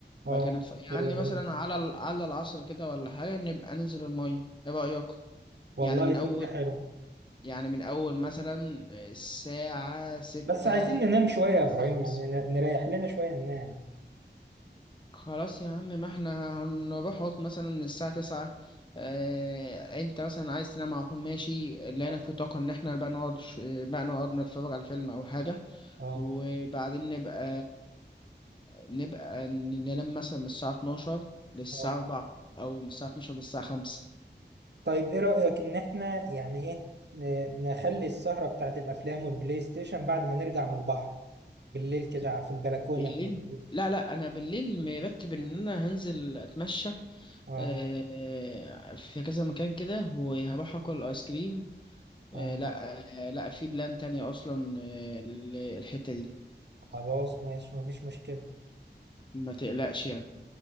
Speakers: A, on the right; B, on the left.
A: اه
B: بعد كده نتف-
A: حلو
B: يعني مثلا
A: قوي
B: على ال- على العصر كده ولا حاجة نبقى ننزل المية ايه رأيك؟
A: والله
B: يعني من أول
A: فكره حلوه
B: يعني من أول مثلا الساعة ستة
A: بس عايزين ننام شويه يا
B: خمسة
A: ابراهيم
B: خمسة
A: يعني ن- نريح لنا شويه ننام
B: خلاص يا عم ما احنا هنروح هوت مثلا من الساعة تسعة اه انت مثلا عايز تنام على طول ماشي لقينا
A: اه.
B: في طاقة ان احنا بقى نقعد ش- بقى نقعد نتفرج على فيلم او حاجة
A: اه
B: وبعدين نبقى نبقى ن- ننام مثلا من الساعة 12 للساعة
A: اه
B: 4 او من الساعة 12 للساعة 5
A: طيب ايه رأيك ان احنا يعني ايه ن- نخلي السهرة بتاعت الافلام والبلاي ستيشن بعد ما نرجع من البحر بالليل كده في البلكونة
B: بالليل
A: في ال-
B: لا لا انا بالليل مرتب ان انا هنزل اتمشى
A: اه
B: آه، في كذا مكان كده وهروح اكل ايس كريم آه،
A: اه
B: لا آه، لا في بلان تانية اصلا آه، ال- الحتة دي
A: خلاص ماشي مفيش مشكلة
B: ما تقلقش يعني